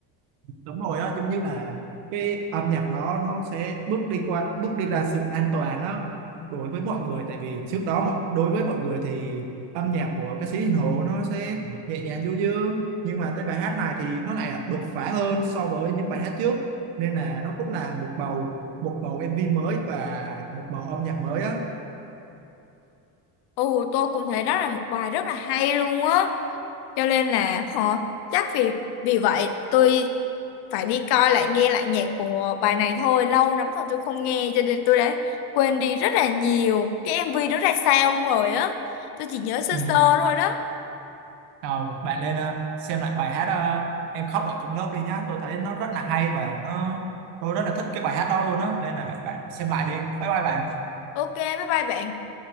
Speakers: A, on the right; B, on the left.
A: đúng rồi á giống như là cái âm nhạc đó nó sẽ bước đi qua bước đi ra sự an toàn đó đối với mọi người tại vì trước đó mọi đối với mọi người thì âm nhạc của ca sĩ Hiền Hồ nó sẽ nhẹ nhàng du dương nhưng mà tới bài hát này thì nó lại đột phá hơn so với những bài hát trước nên là nó cũng là một bầu một bầu MV mới và một bầu âm nhạc mới á
B: Ồ, tôi cũng thấy đó là một bài rất là hay luôn á. Cho nên là họ chắc vì vì vậy tôi phải đi coi lại nghe lại nhạc của bài này thôi. Lâu lắm rồi tôi không nghe cho nên tôi đã quên đi rất là nhiều. Cái MV đó ra sao luôn rồi á. Tôi chỉ nhớ sơ
A: Ừ.
B: sơ thôi đó.
A: Ờ, bạn lên ờ, xem lại bài hát ờ, Em khóc ở trong lớp đi nhá. Tôi thấy nó rất là hay và nó tôi rất là thích cái bài hát đó luôn á. Nên là bạn xem lại đi. Bye bye bạn.
B: Ok, bye bye bạn.